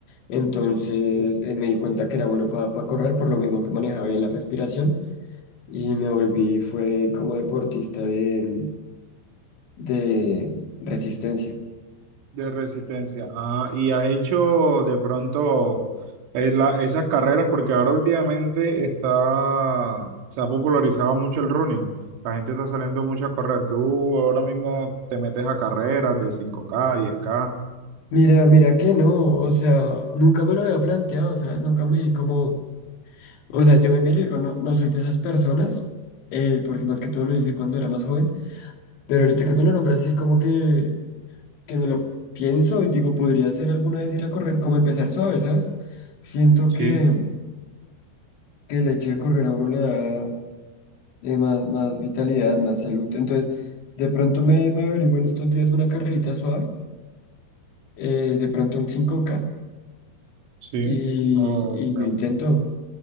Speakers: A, on the left; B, on the right.
A: Entonces eh, me di cuenta que era bueno para correr, por lo mismo que manejaba bien la respiración. Y me volví, fue como deportista de, de resistencia.
B: De resistencia. Ah, y has hecho de pronto eh, la- esas carreras, porque ahora últimamente está, se ha popularizado mucho el running. La gente está saliendo mucho a correr. Tú ahora mismo te metes a carreras de cinco k diez k
A: Mira, mira que no, o sea, nunca me lo había planteado, ¿sabes? Nunca me di como, o sea, yo me miro y digo, no, no soy de esas personas, eh, porque más que todo lo hice cuando era más joven, pero ahorita que me lo nombras así como que, que me lo pienso y digo, podría ser alguna vez ir a correr, como empezar suave, ¿sabes? Siento
B: Sí,
A: que, que el hecho de correr a uno le da eh, más, más vitalidad, más salud, entonces de pronto me, me averiguo en estos días una carrerita suave, eh, de pronto un cinco k
B: sí.
A: y,
B: Oh,
A: y lo
B: Ok.
A: intento.